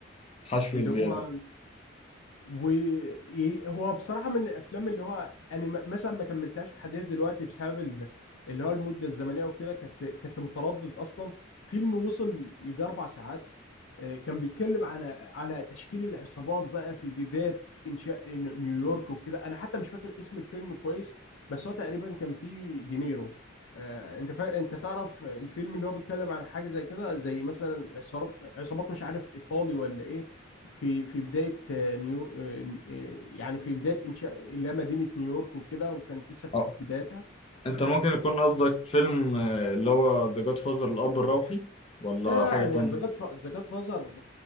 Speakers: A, on the left; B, on the left.
A: حشو
B: اللي
A: زيادة
B: هو وهو بصراحة من الأفلام اللي هو أنا م- مثلا ما كملتهاش لحد دلوقتي بسبب ال- اللي هو المدة الزمنية وكده كنت كنت متردد أصلا فيلم وصل يجي أربع ساعات آه، كان بيتكلم على على تشكيل العصابات بقى في بداية إنشاء ن- نيويورك وكده أنا حتى مش فاكر اسم الفيلم كويس بس هو تقريبا كان فيه دينيرو آه، انت فا... انت تعرف الفيلم اللي هو بيتكلم عن حاجه زي كده زي مثلا عصابات عصابات مش عارف ايطالي ولا ايه في في بداية آه، نيو آه، آه، يعني في بداية إنشاء اللي هي مدينة نيويورك وكده وكانت لسه
A: اه
B: في بدايتها
A: انت ممكن يكون قصدك فيلم آه، اللي هو ذا جاد فازر الأب الروحي ولا
B: لا لا
A: حاجة
B: أنا
A: تانية
B: ذا جاد ذا جاد فازر